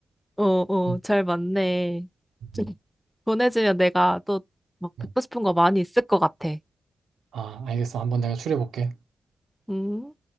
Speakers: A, in the centre; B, on the right.
A: 어, 어,
B: 음,
A: 잘 맞네.
B: 음,
A: 좀 보내주면 내가 또 막
B: 음.
A: 듣고 싶은 거 많이 있을 것 같아.
B: 아, 알겠어. 한번 내가 추려볼게.
A: 음.